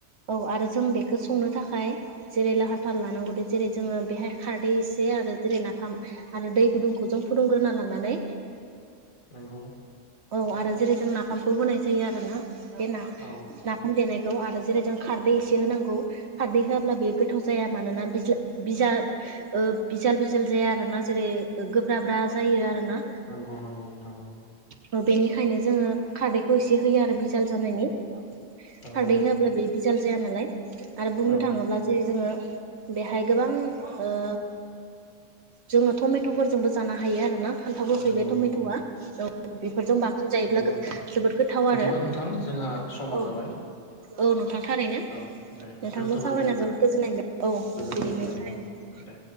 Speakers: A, on the right; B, on the left.
A: औ आरो जों बेखौ संनो थाखाय जेरै लाहार फाहार लानांगौदि जेरै जोङो बेहाय खारदै एसे आरो जेरै नाफाम आरो दै गुदुंखौ जों फुदुंग्रोना लानानै
B: नंगौ।
A: औ आरो जेरै जों नाफामखौ होनाय जायो आरोना बे ना
B: औ
A: ना फाम देनायखौ आरो जेरै जों खारदै एसे होनांगौ। खारदै होआब्ला बेयो गोथाव जाया मानो ओ बिजाल बिजाल जाया आरोना जेरै गोब्राब्रा जायो आरोना।
B: नंगौ नंगौ नोंथां औ‌।
A: औ बेनिखायनो जोङो खारदैखौ एसे होयो आरो बिजाल जानायनि।
B: नंगौ
A: खारदै होआब्ला बेयो बिजाल जाया नालाय आरो बुंनो
B: औ
A: थाङोब्ला जेरै जोङो बेहाय गोबां ओ जोङो टमेट'फोरजोंबो जानो हायो आरोना। फान्थाव गोखै
B: नंगौ
A: बे टमेट'आ
B: नंगौ
A: औ बेफोरजों बांसिन
B: नंगौ
A: जायोब्ला जोबोर
B: नोंथां
A: गोथाव
B: बिदिबा
A: आरो
B: नोंथां जोंहा समा
A: औ।
B: जाबाय
A: औ नोंथां थारैनो नोंथांखौ
B: औ दे दोनथ'बाय
A: सावरायना
B: बिदिबा
A: जोबोद गोजोननाय मोन औ
B: गोजोननाय
A: बिदिनो
B: मोनबाय
A: <unintelligible>
B: औ दे।